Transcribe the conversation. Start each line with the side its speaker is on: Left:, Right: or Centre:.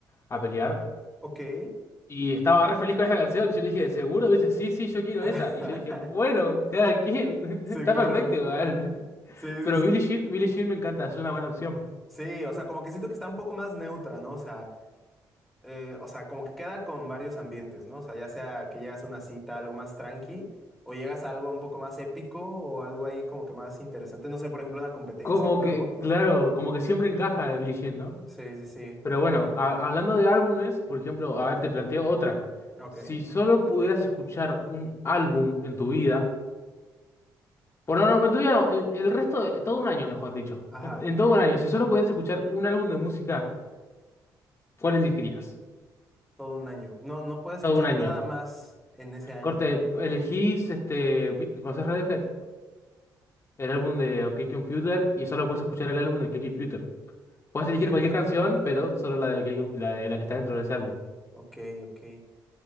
Left: a pelear.
Centre: Ok.
Left: Y estaba re feliz con esa canción. y Yo le dije, ¿seguro? Dice, sí, sí, yo quiero
Centre: <laughs>
Left: esa. Y yo dije, bueno, cada quien.
Centre: Sí,
Left: <laughs> Está
Centre: claro.
Left: perfecto igual.
Centre: Sí, sí,
Left: Pero
Centre: sí.
Left: Billie Jean, Billie Jean me encanta, es una buena opción.
Centre: Sí, o sea, como que siento que está un poco más neutra, ¿no? O sea, eh, o sea, como que queda con varios ambientes, ¿no? O sea, ya sea que llegas a una cita, algo más tranqui, o llegas a algo un poco más épico, o algo ahí como que más interesante. No sé, por ejemplo, una competencia
Left: Como
Centre: o algo.
Left: que, claro, como que siempre encaja la Billie Jean, ¿no?
Centre: Sí, sí, sí.
Left: Pero bueno, ha- hablando de álbumes, por ejemplo, a ver, te planteo otra.
Centre: Ok.
Left: Si solo pudieras escuchar un álbum en tu vida, por no, no, en tu vida no, en- el resto de todo un año, mejor dicho.
Centre: Ajá,
Left: En todo un año, si solo pudieras escuchar un álbum de música, ¿cuál elegirías?
Centre: todo un año. No, no puedo escuchar
Left: Todo un año.
Centre: nada más en ese año.
Left: Corte, elegís, este, vi- ¿conoces Radiohead? El álbum de OK Computer y solo puedes escuchar el álbum de OK Computer. Puedes
Centre: Ok,
Left: elegir cualquier canción, pero solo la de, OK Com- la de la que está dentro de ese álbum.
Centre: ok, ok.